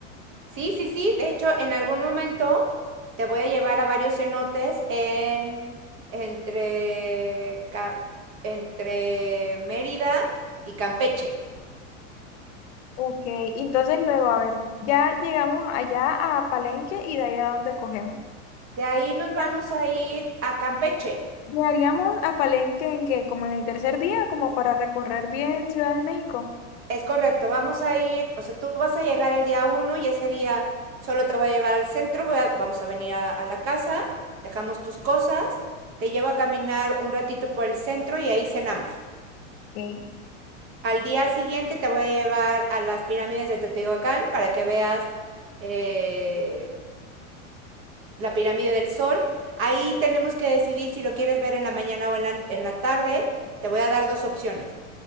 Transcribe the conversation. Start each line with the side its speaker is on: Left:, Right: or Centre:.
Right: Sí, sí, sí. De hecho, en algún momento te voy a llevar a varios cenotes en entre Ca- entre Mérida y Campeche.
Left: Ok, entonces luego, a ver, ya llegamos allá a Palenque y de ahí a dónde cogemos.
Right: De ahí nos vamos
Left: Ya
Right: a ir a Campeche.
Left: Llegaríamos a Palenque en que como en el tercer día, como para recorrer bien Ciudad de México.
Right: Es correcto, vamos a ir, o sea, tú vas a llegar el día uno y ese día solo te voy a llevar al centro, voy a- vamos a venir a, a la casa, dejamos tus cosas, te llevo a caminar un ratito por el centro y ahí cenamos.
Left: Ok.
Right: Al día siguiente te voy a llevar a las pirámides de Teotihuacán para que veas eh, la pirámide del sol. Ahí tenemos que decidir si lo quieres ver en la mañana o en la, en la tarde. Te voy a dar dos opciones.